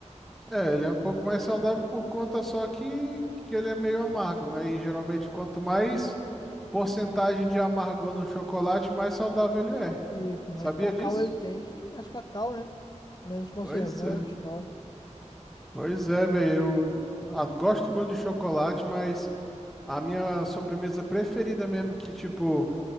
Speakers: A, in the centre; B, on the left.
A: É, ele é um pouco mais saudável por conta só que, que ele é meio amargo, né? E geralmente quanto mais porcentagem de amargor no chocolate, mais saudável ele é.
B: Isso, mais
A: Sabia
B: cacau
A: disso?
B: ele tem, sim, mais cacau, né? Menos conservante
A: Pois é.
B: e tal.
A: Pois é, velho. Eu ah, gosto muito de chocolate, mas a minha sobremesa preferida mesmo que, tipo,